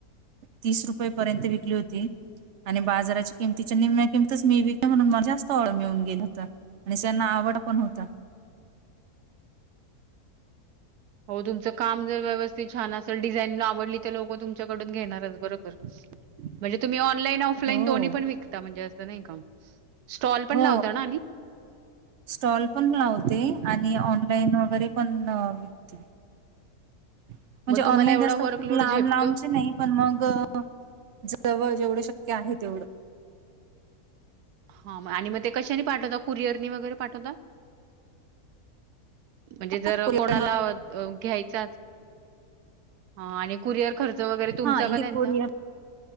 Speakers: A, on the right; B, on the right.
A: तीस रुपयेपर्यंत विकली होती. आणि बाजाराच्या किमतीच्या निम्म्या किमतीच मी बी का म्हणून मला जास्त ऑर्डर मिळून गेलं होत. आणि त्येना आवड पण होत.
B: हो तुमचं काम जर व्यवस्थित छान असेल डिझाईन आवडली तर लोकं तुमच्याकडून घेणारच बरोबर.
A: <unintelligible>
B: म्हणजे तुम्ही ऑनईन- ऑफलाईन
A: हो
B: दो्ही पण विकता म्हणजें नाही का. स्टॉल पण
A: हो
B: लावता ना आणि?
A: स्टॉल पण लावते आणि ऑन लाईन वगैरे पण विकते. म्हणजे
B: मग
A: ऑनलाईन
B: तुम्हाला एवढा
A: जास्त असतात
B: वर्कलोड
A: लांब
B: झेपतो?
A: लांबचे नाही. पण मग जवळ जेवढं शक्य आहे तेवढं.
B: हा आणि मग ते कशानी पाठवता कुरिअरनी वगैरे पाठवता? म्हणजे जर
A: हा कोरियर
B: कोणाला घ्यायचा आणि कुरअर खर्च वगैरे तुमचा
A: हा,
B: का
A: इ
B: त्यांचा?
A: कोरया